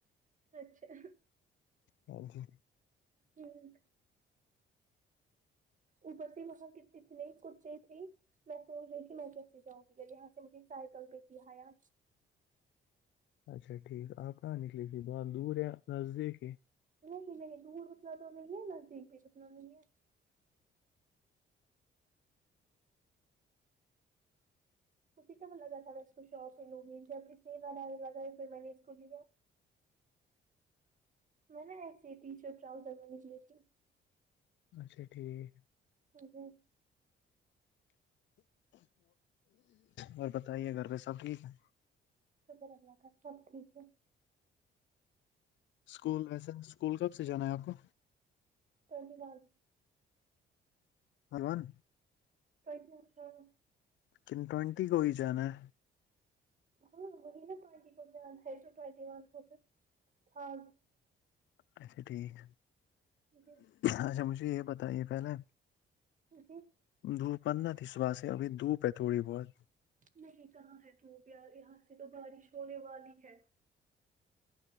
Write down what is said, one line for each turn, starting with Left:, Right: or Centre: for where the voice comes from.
Right: اچھا
Left: ہاں جی
Right: ٹھیک اوپر سے وہاں کی چتنے کتے تھی میں سوچ رہی کہ میں کیسے جاؤں گی جب یہاں سے مجھے سائیکل پہ کایا
Left: اچھا ٹھیک آپ کہاں نکلیے تھی بہت دور ہے نزدیک ہے
Right: نہیں نہیں دور اتنا تو نہیں ہے نزدیک بھیہ اتنا نہیں ہے مھجے کب لگا تھا میں اس کو شاپ پہ لوں گی جب سیل لگا پھر میں نے اس کو لیا میں نےا ایسے ٹی شرٹ ٹرؤزر میں نکلی تھی
Left: اچھا ٹھیک
Right: جی
Left: اور بتائیے گھر پہ سب ٹھیک ہے
Right: شکر اللہ کا سب ٹھیک ہے
Left: اسکول ویسے اسکول کب سے جانا ہے آپ کو
Right: دھنیہ واد
Left: ہلوان
Right: اچھا ہاں
Left: کن ٹونٹی کوئی جان ہے
Right: ہاں وہین ٹوائٹی کرسو ٹوائٹی و کوے ہاں
Left: اچھا ٹھیک
Right: جی
Left: اچھا مجھے یہ بیایے پہلے
Right: جی
Left: دھوپنا تھی صبح سے ابھی دھپ ہے تھوڑی بہت
Right: نہیں کہاں ہے تو پیار یہاں سے تو بارش ہونے والی ہے